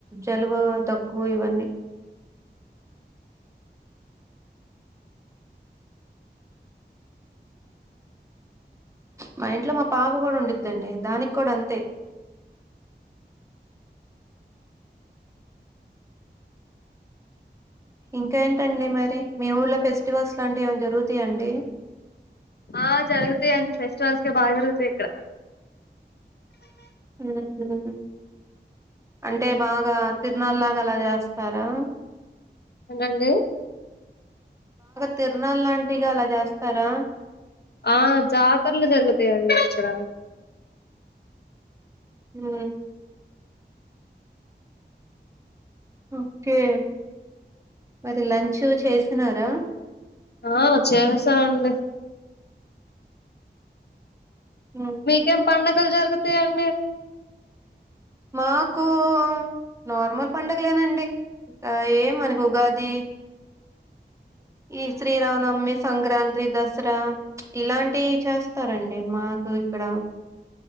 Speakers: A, on the right; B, on the left.
A: జలుబు, దగ్గు ఇవన్నీ మా ఇంట్లో మా పాప కూడా ఉండుద్దండి దానికి కూడా అంతే ఇంకా ఏంటండి మరి మీ ఊళ్ళ ఫెస్టివల్స్ లాంటివి ఏమన్నా జరుగుతాయా అండి
B: ఆ జరుగుతాయి అండి ఫెస్టివల్స్ బాగా జరుగుతాయి ఇక్కడ
A: ఉ ఉ అంటే బాగా తిరునాల్లాగా అలా చేస్తారా
B: ఏంటండీ
A: తిరునాళ్ళంటిగా అలా చేస్తారా
B: ఆ జాతరలు జరుగుతాయండి ఇక్కడ
A: ఉమ్ ఓకే మరి లంచూ చేసినారా
B: ఆ చేసామండి
A: ఉమ్
B: మీకేం పండగలు జరుగుతాయండి
A: మాకూ నార్మల్ పడుగలేనండి ఏ మనకు ఉగాది ఈ శ్రీరామనవమి, సంక్రాంతి, దసరా ఇలాంటియి చేస్తారండి మాకు ఇక్కడ